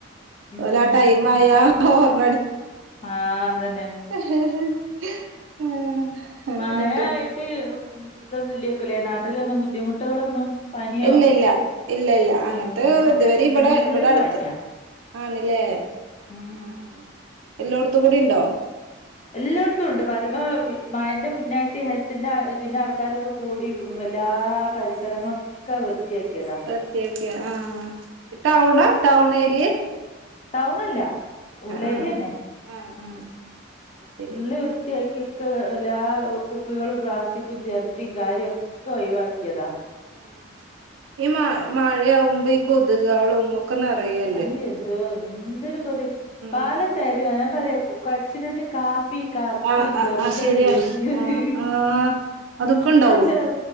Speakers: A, on the left; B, on the right.
A: ഉം
B: ലെ ടൈം
A: ഉം
B: ആയാ ഓർണ
A: ആ അതന്നെ
B: ഹഹഹ ആഹ് അങ്ങനുണ്ട്
A: മഴ ആയിട്ട് ഇതൊന്നും ഇല്ലിക്കല്ലേ നാട്ടിലൊന്നും ബുദ്ധിമുട്ടുകളൊന്നും പനിയോ
B: ഇല്ല ഇല്ല ഇല്ല ഇല്ല അത്
A: ആ ഇവിടൊക്കെ
B: ഇതുവരെ
A: ഫുള്ള്
B: ഇവിടെ ഇവിടെ അടുത്ത്
A: പനിയാ
B: ആണില്ലേ
A: ഉം
B: ആഹ് എല്ലോടത്തും കൂടി ഉണ്ടോ
A: എല്ലായിടത്തും ഉണ്ട് പറയുമ്പോ മയന്റെ മുന്നായിട്ട് ഹെൽത്തിന്റെ ഇതിന്റെ ആൾക്കാരൊക്കെ കൂടി എല്ലാ പരിസരങ്ങളൊക്കെ വൃത്തി കേക്കതാ
B: ഒറ്റയ്ക്കാ ആ ഈ ടൗണാ ടൗണേരിയെ
A: ടൗണല്ല ഉള്ളേരിയന്നെ
B: ആഹ് ആഹ്
A: ഉം
B: ആഹ് അത് ശരി
A: ഉള്ള് വൃത്തിയാക്കി എല്ലാ കുപ്പികളും പ്ലാസ്റ്റിക്കും ചെരട്ടയും കാര്യമൊക്കെ ഒഴിവാക്കിയതാ
B: ഉം ഈ മാ മഴയാവുമ്പോ ഈ കൊതുകുകളൊന്നും ഒക്ക നിറയുവാ
A: അ എന്തോ എന്തൊരു കൊതു
B: ഉം
A: പാലോത്തരി ഞാൻ പറയാ കടിച്ചനത് കാ പ്പി കറുപ്പ്
B: ആഹ് ആഹ്
A: ചെറുതത്
B: ആഹ് ശരിയാണ്
A: വല്യത്
B: ആഹ് ആഹ് അതൊക്കെ ഉണ്ടാവും
A: ആ ചെർ